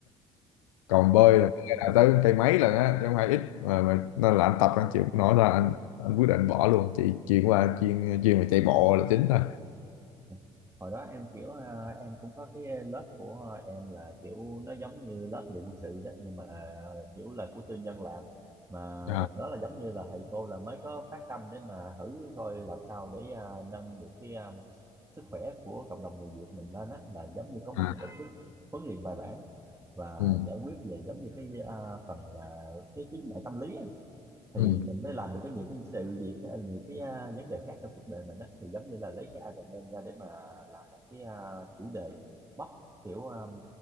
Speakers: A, on the left; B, on the right.
A: còn bơi là bơi là tới cây mấy lần á, chứ không phải ít mà, mà nên là anh tập anh chịu không nổi là anh anh quyết định bỏ luôn, chỉ chuyển qua chuyên chuyên về chạy bộ là chính thôi.
B: Ừ. Hồi đó em kiểu à, em cũng có cái lớp của em là kiểu nó giống như lớp về quân sự đó nhưng mà à, kiểu là của tư nhân làm mà
A: À,
B: đợt đó là giống như là thầy cô là mới có phát tâm để mà thử coi làm sao để à, nâng được cái à, sức khỏe của cộng đồng người Việt mình lên á là giống như có một
A: à,
B: cái tổ chức huấn luyện bài bản và
A: ừ,
B: giải quyết về giống như cái à, phần là cái chứng ngại tâm lý á thì
A: ừ,
B: mình mới làm được có nhiều cái sự việc hay nhiều cái à, vấn đề khác trong cuộc đời mình á thì giống như là lấy cái Iron Man ra để mà làm một cái à, chủ đề mốc kiểu à,